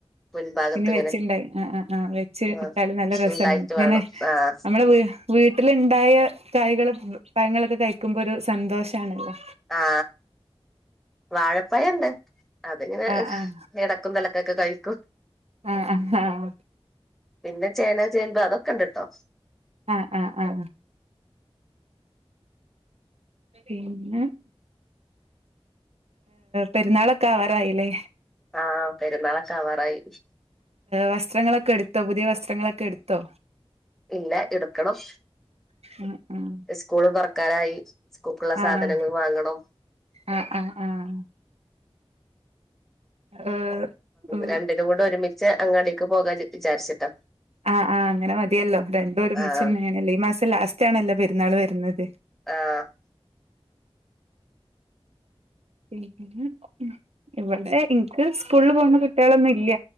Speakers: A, in the centre; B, on the right (about 85°).
A: മുൻഭാഗത്ത്
B: ഇനി
A: ഇങ്ങനെ
B: വെച്ച്ണ്ടായി ആ ആ് ആ് വെച്ച്
A: ആഹ്
B: ഇട്ടാലും നല്ല രസമാണ്
A: ഉണ്ടായിട്ട്
B: ഇങ്ങനെ
A: വേണം ആഹ്
B: നമ്മള വീ വീട്ടിലു ഉണ്ടായ കായകൾ പഴങ്ങളൊക്കെ കഴിക്കുമ്പോ ഒരു സന്തോഷാണല്ലോ
A: ആ വാഴപ്പഴുണ്ട് അതിങ്ങനെ
B: ആഹ് ആഹ്
A: ഇടക്കും തിലക്കൊക്കെ കഴിക്കും
B: ആഹ് ആഹ്
A: പിന്നെ ചേന ചേമ്പാ അതൊക്ക കണ്ട്ട്ടോ
B: ആ ആ ആ ആ പിന്നെ പെരുന്നാളൊക്കെ ആവാറായില്ലേ
A: ആഹ് പെരുന്നാളൊക്കെ ആവാറായി
B: വസ്ത്രങ്ങളൊക്കെ എടുത്തോ പുതിയ വസ് വസ്ത്രങ്ങളൊക്കെ എടുത്തോ
A: ഇല്ല എടുക്കണം
B: ഉം ഉം
A: സ്കൂൾ തോറ ക്കാറായി സ്കൂക്കുള്ള
B: ആഹ്
A: സാധനങ്ങൾ വാങ്ങണം
B: ആഹ് ആഹ് ആഹ് ഏഹ് ഉം
A: രണ്ടിനും കൂട് ഒരുമിച്ച് അങ്ങടി ൻക്ക് പോകാ വി വിചാരിച്ചിട്ടാ
B: ആഹ് ആഹ് അങ്ങനെ മതിയല്ലോ രണ്ടും ഒരുമിച്ചന്നെയണല്ലോ
A: ആഹ്
B: ഈ മാസം ലാസ്റ്റ് റ്റാണല്ലോ പെര്ന്നാൾ വരുന്നത്
A: ആഹ
B: ഉം ഉം ഇവിടെ ൻക്ക് സ്കൂളിൽ പോണ കുട്ടികളൊന്നും ഇല്ല